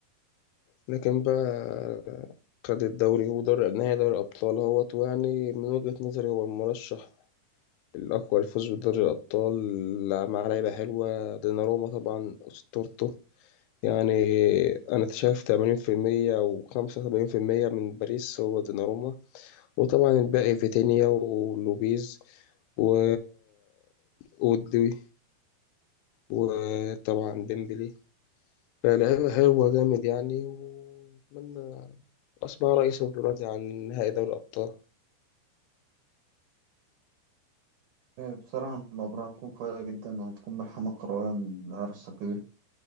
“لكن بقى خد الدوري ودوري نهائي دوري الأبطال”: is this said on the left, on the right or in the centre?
Left